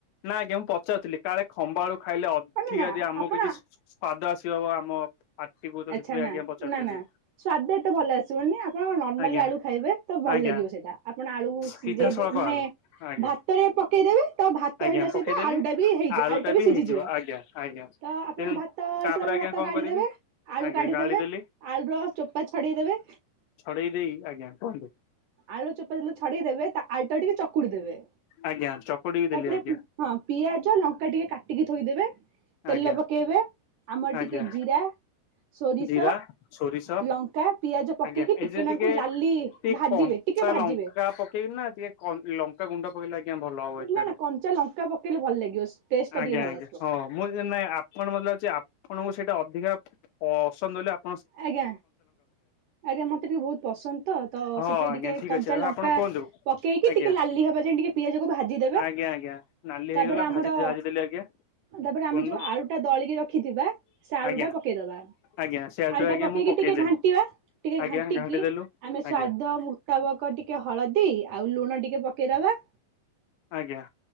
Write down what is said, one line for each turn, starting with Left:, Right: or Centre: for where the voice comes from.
Left: ନା ଆଜ୍ଞା ମୁଁ ପଚାରୁଥିଲି କାଳେ ଖମ୍ବଆଳୁ ଖାଇଲେ ଅଧିକା
Right: ମାନେ ନା
Left: ଯଦି ଆମକୁ
Right: ଆପଣ
Left: କିଛି ସ୍ଵାଦ ଆସି ହବ ଆମ ପାଟିକୁ ତ ସେଥିପାଇଁ
Right: ଆଚ୍ଛା ନା
Left: ଆଜ୍ଞା ପଚାରୁଥିଲି
Right: ନା ନା ସ୍ଵାଦ ଏତେ ଭଲ ଆସିବନି ଆପଣ ନର୍ମାଲି
Left: ଆଜ୍ଞା
Right: ଆଳୁ ଖାଇବେ। ତ ଭଲ
Left: ଆଜ୍ଞା
Right: ଲାଗିବ ସେଇଟା ଆପଣ ଆଳୁ ସିଝେଇ
Left: ସିଧାସଳଖ
Right: ଦେ ମାନେ
Left: ଆଳୁ ଆଜ୍ଞା
Right: ଭାତରେ ପକେଇଦେବେ ତ ଭାତ
Left: ଆଜ୍ଞା
Right: ହେଲା
Left: ପକେଇଦେଲି
Right: ସହିତ ଆଳୁଟା ବି ହେଇଯିବ
Left: ଆଳୁ
Right: ଆଳୁଟା
Left: ଟା
Right: ବି ସିଝିଯିବ
Left: ହେଇଯିବ ଆଜ୍ଞା ଆଜ୍ଞା
Right: ତ ଆପଣ
Left: ତେଣୁ
Right: ଭାତ ତ ହେଇସାରିଲା
Left: ତାପରେ
Right: ବେଳେ
Left: ଆଜ୍ଞା
Right: ଭାତ
Left: କଣ
Right: ଗାଳିଦେବେ
Left: କରିବି
Right: ଆଳୁ
Left: ଆଜ୍ଞା
Right: କାଢିଦେବେ
Left: ଗାଳି ଦେଲି
Right: ଆଳୁର ଚୋପା ଛଡେଇଦେବେ
Left: ଛଡ଼େଇ ଦେଇକି ଆଜ୍ଞା କୁହନ୍ତୁ?
Right: ଆଳୁ ଚୋପା ଯେତେଳେ ଛଡ଼େଇଦେବେ ତା ଆଳୁଟାକୁ ଟିକେ ଚକୁଡ଼ି ଦେବେ।
Left: ଆଜ୍ଞା ଚକୁଡ଼ି ବି
Right: ତାପରେ
Left: ଦେଲି ଆଜ୍ଞା।
Right: ହଁ ପିଆଜ ଲଙ୍କା ଟିକେ କାଟିକି ଥୋଇଦେବେ। ତେଲ
Left: ଆଜ୍ଞା
Right: ପକେଇବେ ଆମର ଟିକେ
Left: ଆଜ୍ଞା
Right: ଜିରା ସୋରିଷ
Left: ଜିରା ସୋରିଷ
Right: ଲଙ୍କା ପିଆଜ ପକେଇକି
Left: ଆଜ୍ଞା ଏଇ ଯୋଉ
Right: ନାକୁ
Left: ଟିକେ
Right: ଲାଲି ଭାଜିବେ
Left: କଞ୍ଚା
Right: ଟିକେ ଭାଜିବେ
Left: ଲଙ୍କା ପକେଇବିନା ଟିକେ କ ଲଙ୍କା ଗୁଣ୍ଡ ପକେଇଲେ ଆଜ୍ଞା ଭଲ ହବ ଏଥିରେ।
Right: ନା ନା କଞ୍ଚା ଲଙ୍କା ପକେଇଲେ ଭଲ ଲାଗିବ ଟେଷ୍ଟେଟା
Left: ଆଜ୍ଞା
Right: ଟିକେ ଭଲ
Left: ଆଜ୍ଞା
Right: ଆସିବ।
Left: ହଁ ମୁଁ ନାଇଁ ଆପଣ ମତେ ଅଛି ଆପଣଙ୍କୁ ସେଇଟା ଅଧିକା ପସନ୍ଦ ବୋଲି ଆପ ପ
Right: ଆଜ୍ଞା ଆଜ୍ଞା ମତେ ଟିକେ ବହୁତ ପସନ୍ଦ ତ ତ
Left: ହଁ
Right: ସେଥିରେ
Left: ଆଜ୍ଞା
Right: ଟିକେ
Left: ଠିକ
Right: କଞ୍ଚା
Left: ଅଛି ଆଉ
Right: ଲଙ୍କା
Left: ଆପଣ କୁହନ୍ତୁ
Right: ପକେଇକି
Left: ଆଜ୍ଞା
Right: ଟିକେ ଲାଲି ହବା ଯାଏ ଟିକେ ପିଆଜକୁ ଭାଜିଦେବେ
Left: ଆଜ୍ଞା ଆଜ୍ଞା ନାଲି ହେଇଗଲା
Right: ତାପରେ ଆମର
Left: ଭାଜି ଭାଜିଦେଲି ଆଜ୍ଞା
Right: ତାପରେ
Left: କୁହନ୍ତୁ
Right: ଆମେ ଯୋଉ ଆଳୁ ଟା ଦଳିକି ରଖିଥିବା ସେ ଆଳୁ
Left: ଆଜ୍ଞା
Right: ଟା ପକେଇଦବା।
Left: ଆଜ୍ଞା। ସେଆଡୁ
Right: ଆଳୁଟା
Left: ଆଜ୍ଞା
Right: ପକେଇକି
Left: ମୁଁ ପକେଇଦେଲି
Right: ଟିକେ ଘାଣ୍ଟିବା ଟିକେ
Left: ଆଜ୍ଞା
Right: ଘାଣ୍ଟିକି
Left: ଘାଣ୍ଟି ଦେଲୁ
Right: ଆମେ ସ୍ଵାଦ
Left: ଆଜ୍ଞା
Right: ତା ବକ ଟିକେ ହଳଦୀ ଆଉ ଲୁଣ ଟିକେ ପକେଇଦବା
Left: ଆଜ୍ଞା।